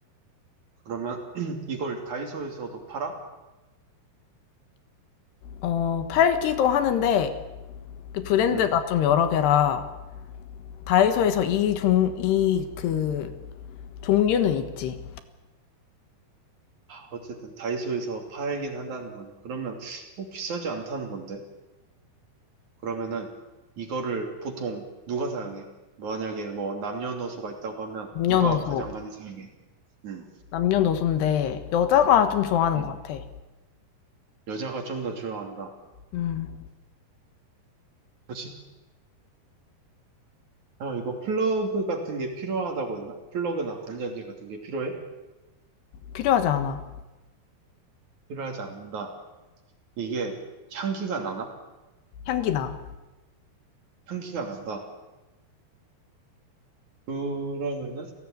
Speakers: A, on the right (about 50°); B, on the left (about 80°).
A: 그러면 <clears throat> 이걸 다이소에서도 팔아?
B: 어, 팔기도 하는데, 그 브랜드가
A: 음.
B: 좀 여러 개라, 다이소에서 이 종, 이 그, 종류는 있지.
A: 어쨌든 다이소에서 팔긴 한다는 거네. 그러면 뭐 비싸지 않다는 건데. 그러면은 이거를 보통 누가 사용해? 만약에 뭐 남녀노소가 있다고 하면
B: 남녀노소.
A: 누가 가장 많이 사용해? 음.
B: 남녀노소인데, 여자가 좀 좋아하는
A: 음.
B: 것 같아.
A: 여자가 좀 더 좋아한다.
B: 음,
A: 그렇지? 어, 이거 플러그 같은 게 필요하다고 했나? 플러그나 건전지 같은 게 필요해?
B: 필요하지 않아.
A: 필요하지 않는다. 이게 향기가 나나?
B: 향기나.
A: 향기가 난다. 그러면은